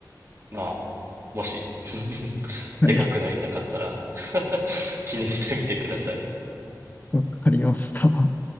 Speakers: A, on the right; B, on the left.
A: まあ、もし <laughs>
B: はい。
A: でかくなりたかったら <laughs> 気にしてみてください。
B: わかりました。